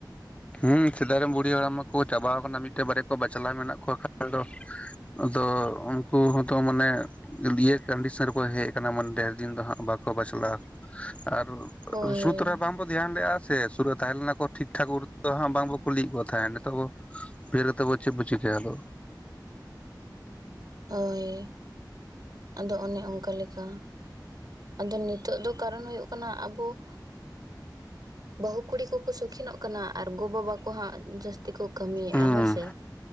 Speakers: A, on the left; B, on the right.
A: ᱦᱮᱸ ᱥᱮᱫᱟᱭ ᱨᱮᱱ ᱵᱩᱲᱦᱤ ᱦᱟᱲᱟᱢ ᱠᱚ ᱪᱟᱵᱟᱣ ᱠᱟᱱᱟ ᱢᱤᱫ ᱴᱮᱱ ᱵᱟᱨᱭᱟ ᱠᱚ ᱵᱟᱪᱞᱟᱣ ᱢᱮᱱᱟᱜ ᱠᱚᱣᱟ ᱠᱷᱟᱱ ᱫᱚ ᱾ ᱟᱫᱚ ᱩᱱᱠᱩ ᱦᱚᱸᱛᱚ ᱢᱟᱱᱮ ᱾ ᱤᱭᱟᱹ ᱚᱱᱰᱤᱥᱚᱱ ᱨᱮᱠᱚ ᱦᱮᱡ ᱟᱠᱟᱱᱟ ᱢᱟᱱᱮ ᱰᱷᱮᱨ ᱫᱤᱱ ᱫᱚ ᱦᱟᱸᱟᱜ ᱵᱟᱠᱚ ᱵᱟᱪᱞᱟᱜᱼᱟ ᱟᱨ ᱾
B: ᱦᱳᱭ
A: ᱥᱩᱫ ᱨᱮ ᱵᱟᱝ ᱵᱚᱱ ᱫᱷᱮᱭᱟᱱ ᱞᱮᱜᱼᱟ ᱥᱮ ᱥᱩᱨᱟᱹᱜ ᱛᱟᱦᱮᱸ ᱞᱮᱱᱟ ᱠᱚ ᱴᱷᱤᱠ ᱴᱷᱟᱠᱩᱨ ᱸ ᱵᱟᱝ ᱵᱚᱱ ᱠᱩᱞᱤᱭᱮᱫ ᱠᱚ ᱛᱟᱦᱮᱸ ᱱᱤᱛᱚᱜ ᱵᱷᱮᱨ ᱠᱟᱛᱮ ᱮᱫ ᱵᱚᱱ ᱪᱮᱫ ᱵᱚ ᱪᱚ ᱠᱮᱭᱟ ᱟᱫᱚ ᱾
B: ᱦᱳᱭ <inaudible> ᱟᱫᱚ ᱚᱱᱮ ᱚᱱᱠᱟ ᱞᱮᱠᱟ ᱾ ᱟᱫᱚ ᱱᱤᱛᱚᱜ ᱫᱚ ᱠᱟᱨᱚᱱ ᱦᱩᱭᱩᱜ ᱠᱟᱱᱟ ᱟᱵᱚ ᱾ ᱵᱟᱹᱦᱩ ᱠᱩᱲᱤ ᱠᱚ ᱠᱚ ᱥᱚᱠᱷᱤᱱᱚᱜ ᱠᱟᱱᱟ ᱟᱨ ᱜᱚ ᱵᱟᱵᱟ ᱠᱚ ᱦᱟᱸᱜ ᱡᱟᱹᱥᱛᱤ ᱠᱚ ᱾ ᱠᱟᱹᱢᱤᱭᱮᱫ
A: ᱦᱩᱸ
B: ᱦᱳᱹᱭ ᱥᱮ